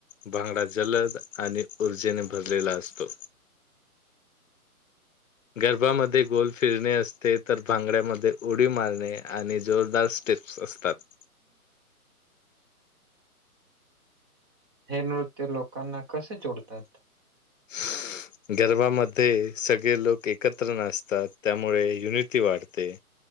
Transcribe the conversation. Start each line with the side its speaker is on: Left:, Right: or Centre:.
Left: भांगडा जलद आणि ऊर्जेने भरलेला असतो. गरबा मध्ये गोल फिरणे असते. तर भांगड्यामध्ये उडी मारणे. आणि जोरदार स्टेप- - असतात.
Right: हे नृत्य लोकांना कसे जोडतात?
Left: <inaudible> गरबा मध्ये सगळे लोक एकत्र नाचतात. त्यामुळे युनिटी वाढते.